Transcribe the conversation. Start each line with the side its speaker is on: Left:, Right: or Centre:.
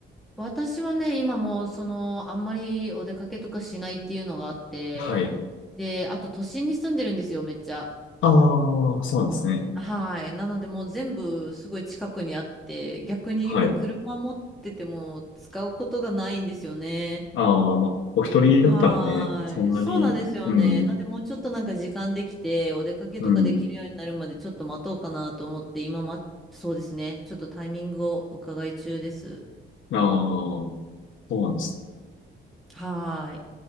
Centre: 私はね、今もう、その、あんまりお出かけとかしないっていうのがあって、
Left: はい。
Centre: で、あと都心に住んでるんですよ、めっちゃ。
Left: ああ、そうなんですね。
Centre: はい。なのでもう全部すごい近くにあって、逆に今車持ってても使うことがないんですよね。
Left: はい。ああ、まあ、お一人だったらね、
Centre: はーい。
Left: そんなに、
Centre: そうなんですよね。
Left: うん、
Centre: なんでもうちょっとなんか時間できて、お出かけとかできるようになるまでちょっと待とうかなと思って、
Left: うん。
Centre: 今ま、そうですね。ちょっとタイミングを伺い中です。
Left: ああ、そうなんです。
Centre: はーい。